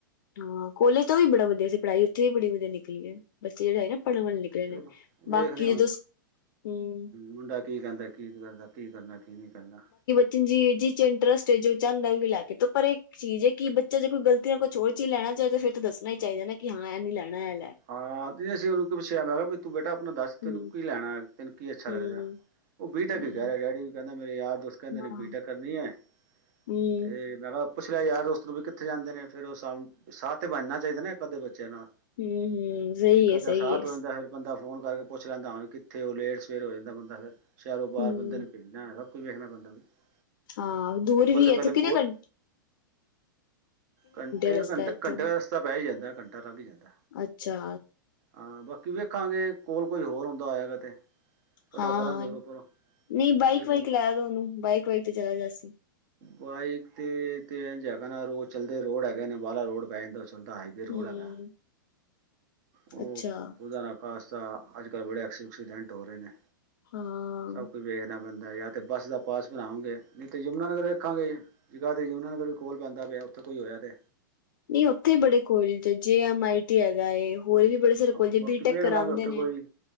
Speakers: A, on the left; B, on the right.
A: ਹਾਂ, ਕੋਲੇਜ ਤਾਂ ਉਹ ਵੀ ਬੜਾ ਵਧੀਆ ਸੀ, ਪੜ੍ਹਾਈ ਉੱਥੇ ਵੀ ਬੜੀ ਵਧੀਆ ਨਿਕਲੀ ਹੈ। ਬੱਚੇ ਜਿਹੜੇ ਹੈਗੇ ਨਾ ਪੜ੍ਹਨ ਵਾਲੇ ਨਿਕਲੇ
B: ਚਲੋ
A: ਨੇ
B: ਵੇਖਦੇ
A: ਬਾਕੀ
B: ਹੁਣ
A: ਜਦੋਂ ਹਮ
B: ਮੁੰਡਾ ਕੀ ਕਹਿੰਦਾ ਐ ਕੀ ਕਰਦਾ ਕੀ ਕਰਨਾ ਕੀ ਨਹੀਂ ਕਰਨਾ।
A: ਚੀਜ਼ ਜਿਸ ਚੀਜ਼ ਚ ਇੰਟਰਸਟ ਹੈ, ਜੋ ਚਾਹੁੰਦਾ ਓਹੀ ਲੈ ਕੇ, ਤੋਂ ਪਰ ਇੱਕ ਚੀਜ਼ ਹੈ ਕਿ ਬੱਚਾ ਜੇ ਕੋਈ ਗਲਤ। ਤੇ ਕੁਝ ਹੋਰ ਚੀਜ਼ ਲੈਣਾ ਚਾਹੇ ਫਿਰ ਤਾਂ ਦੱਸਣਾ ਹੀ ਚਹੀਦਾ ਹੈ ਨਾ, ਕਿ ਹਾਂ ਇਹ ਨੀ ਲੈਣਾ ਇਹ ਲੈ।
B: ਹਾਂ ਤੇ ਅਸੀਂ ਉਹਨੂੰ ਕੀ ਪੁੱਛਿਆ ਮੈਂ ਕਿਹਾ ਬਈ ਵੀ ਤੂੰ ਬੇਟਾ ਆਪਣਾ ਦੱਸ ਤੈਨੂੰ
A: ਹਮ
B: ਕੀ ਲੈਣਾ ਹੈ। ਤੈਨੂੰ ਕੀ ਅੱਛਾ
A: ਹਮ
B: ਲੱਗਦਾ ਹੈ ਓਹ ਬੀਟੈਕ
A: ਹਮ
B: ਕੀ ਕਹਿ ਰਿਹਾ, ਡੈਡੀ ਵੀ ਕਹਿੰਦਾ ਮੇਰੇ ਯਾਰ ਦੋਸਤ ਕਹਿੰਦੇ ਨੇ
A: ਹਾਂ
B: ਬੀਟੈਕ। ਕਰਨੀ ਹੈ, ਅਤੇ
A: ਹਮ
B: ਮੈਂ ਕਿਹਾ ਪੁੱਛ ਲਿਆ ਯਾਰ ਦੋਸਤ ਵੀ ਕਿੱਥੇ ਜਾਂਦੇ ਨੇ ਫਿਰ ਉਹ ਸ ਸਾਹ ਤੇ ਬਣਨਾ ਚਾਹੀਦਾ ਨੇ ਇੱਕ ਅਧੇ ਬੱਚਿਆਂ ਨਾਲ
A: ਹਮ ਹਮ ਸਹੀਏ
B: ਇੱਕ ਅੱਧਾ
A: ਸਕੀਏ।
B: ਸਾਥ ਹੋ ਜਾਂਦਾ ਫਿਰ ਬੰਦਾ ਫੋਨ ਕਰਕੇ ਪੁੱਛ ਲੈਂਦਾ ਹਾਂ, ਵੀ ਕਿੱਥੇ ਉਹ ਲੇਟ ਸਵੇਰੇ ਹੋ ਜਾਂਦਾ ਬੰਦਾ ਫਿਰ ਸ਼ਹਿਰੋਂ ਬਾਹਰ
A: ਹਮ
B: ਬੰਦੇ ਨੂੰ ਸਭ ਕੋਈ ਵੇਖਣਾ ਪੈਂਦਾ ਵੀ <unintelligible>
A: ਹਾਂ ਦੂਰ
B: ਅੱਬਲ
A: ਵੀ
B: ਤਾਂ ਪਹਿਲੇ
A: ਇਥੋਂ ਕਿਹਨੇ
B: ਕੋਲ
A: ਘੰਟੇ
B: ਘੰਟੇ
A: ਦਾ ਰਸਤਾ
B: ਘੰਟ
A: ਹੈ ਇਥੋਂ
B: ਘੰਟੇ ਦਾ ਰਸਤਾ ਪੈ ਹੀ ਜਾਂਦਾ ਘੰਟਾ ਲੱਗ ਜਾਂਦਾ
A: ਅੱਛਾ।
B: ਹਾਂ ਬਾਕੀ ਵੇਖਾਂਗੇ ਕੋਲ ਕੋਈ ਹੋਰ ਹੁੰਦਾ ਆਏਗਾ ਤੇ ਪਤਾ
A: ਹਾਂ
B: ਕਰਾਂਗੇ
A: ਹਾਂ
B: ਉਰੋ
A: ਨਹੀਂ
B: ਪਰੋ
A: ਬਾਈਕ
B: ਜੇ ਕੋਈ
A: ਵਾਈਕ ਲੈ ਦਓ ਉਹਨੂੰ ਬਾਈਕ ਵਾਈਕ ਤੇ ਚਲਾ ਜਾਸੀ
B: ਬਾਈਕ ਤੇ ਤੇ ਇੰਝ ਹੈਗਾ ਨਾ ਰੋਜ਼ ਚੱਲਦੇ ਰੋਡ ਹੈਗੇ ਨੇ ਬਾਹਲਾ ਰੋਡ ਪੈ ਜਾਂਦਾ ਸਤ ਹਾਈਵੇ ਰੋਡ
A: ਹਮ
B: ਹੈਗਾ ਉਹ
A: ਅੱਛਾ
B: ਖਦਾ ਨਾ ਖ਼ਾਸ਼ਤਾ ਅੱਜ ਕੱਲ੍ਹ ਬੜੇ ਐਕਸੀ ਐਕਸੀਡੈਂਟ ਹੋ ਰਹੇ ਨੇ
A: ਹਾਂ
B: ਸਭ ਕੁਝ ਵੇਖਣਾ ਪੈਂਦਾ ਯ ਤੇ ਬੱਸ ਦਾ ਪਾਸ ਬਣਾਵਾਂਗੇ ਨਹੀਂ ਤੇ ਯਮੁਨਾ ਨਗਰ ਵੇਖਾਂਗੇੇ। ਜਿਗਾਾ ਦੇ ਜ ਉਹਨਾਂ ਨੂੰ ਵੀ ਕੋਲ ਪੈਂਦਾ ਪਿਆ ਉੱਥੇ ਕੋਈ ਹੋਇਆ ਤਾਂ
A: ਨਹੀਂ ਉੱਥੇ ਬੜੇ college J M I T ਹੈਗਾ ਹੋਰ ਵੀ ਬੜੇ ਸਾਰੇ
B: ਹਾਂ
A: ਕੋਲਜ
B: ਬਾਕੀ
A: ਬੀਟੈਕ
B: ਵੇਖ
A: ਕਰਾਉਂਦੇ
B: ਲਾਂਗੇ ਉੱਥੇ
A: ਨੇ
B: ਕੋਈ